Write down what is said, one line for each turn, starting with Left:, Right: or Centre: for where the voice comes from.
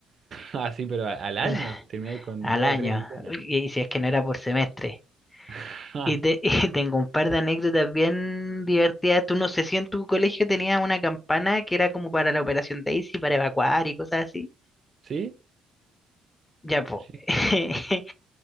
Right: Ah, sí, pero a- al año
Left: <laughs>
Right: terminé con
Left: al
Right: dos
Left: año,
Right: o tres llenas.
Left: y, y si es que no era por semestre.
Right: <laughs> Ah,
Left: Y, te- <laughs> y tengo un par de anécdotas bien divertidas. Tú no sé si en tu colegio tenías una campana que era como para la operación Daisy, para evacuar y cosas así.
Right: ¿sí?
Left: Ya, po.
Right: Sí,
Left: <laughs>